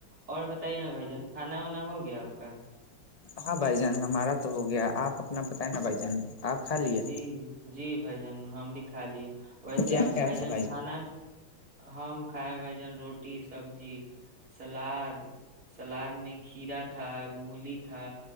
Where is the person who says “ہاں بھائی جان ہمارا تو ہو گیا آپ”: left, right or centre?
Left